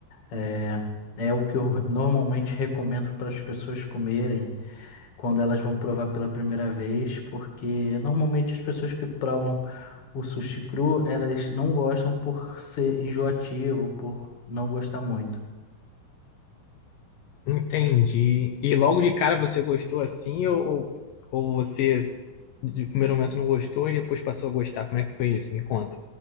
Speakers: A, on the left; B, on the left.
A: É, é o que eu normalmente recomendo para as pessoas comerem quando elas vão provar pela primeira vez, porque normalmente as pessoas que provam o sushi cru, elas não gostam por ser enjoativo, por não gostar muito.
B: Entendi. E logo de cara você gostou assim, ou, ou ou você de primeiro momento não gostou e depois passou a gostar? Como é que foi isso? Me conta.